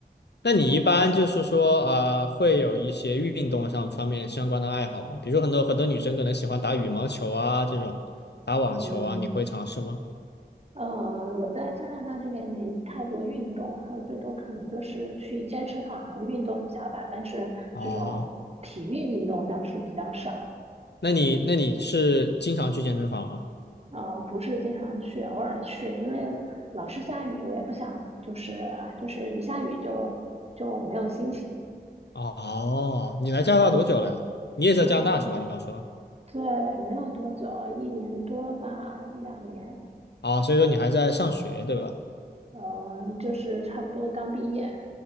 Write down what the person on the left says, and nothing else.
那你一般就是说，啊，会有一些运动上方面相关的爱好吗？比如说很多很多女生可能喜欢打羽毛球啊，这种打网球啊，
你会尝试吗？
哦，那你那你是经常去健身房吗？
哦，你来加拿大多久了呀？你也在加拿大是吧？
你刚说。
哦，所以说你还在上学对吧？